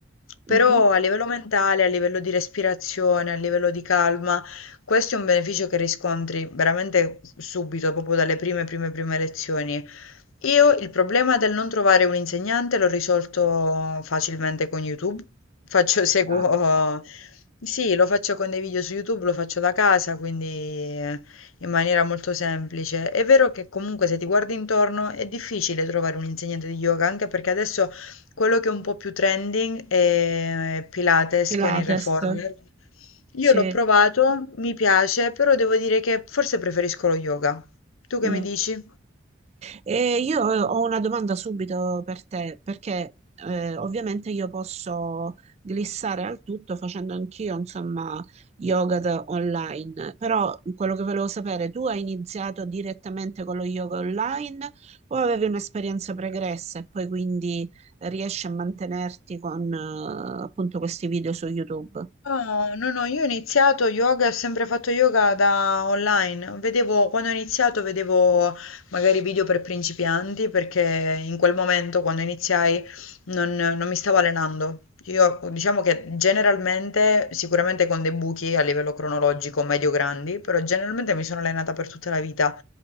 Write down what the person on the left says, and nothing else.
Però
a livello mentale, a livello di respirazione, a livello di calma, questo è un beneficio che riscontri veramente subito, proprio dalle prime, prime, prime lezioni. Io il problema del non trovare un insegnante l'ho risolto facilmente con YouTube. Faccio, <laughs> seguo,
sì, lo faccio con dei video su YouTube, lo faccio da casa, quindi eh, in maniera molto semplice. È vero che comunque se ti guardi intorno è difficile trovare un insegnante di yoga, anche perché adesso quello che è un po' più trending è Pilates
con il reformer. Io
l'ho provato, mi piace, però devo dire che forse preferisco lo yoga. Tu che
mi dici?
No, no, no, io ho iniziato yoga, ho sempre fatto yoga da online. Vedevo, quando ho iniziato vedevo magari video per principianti perché in quel momento quando iniziai non, non mi stavo allenando. Io diciamo che generalmente, sicuramente con dei buchi a livello cronologico medio-grandi, però generalmente mi sono allenata per tutta la vita.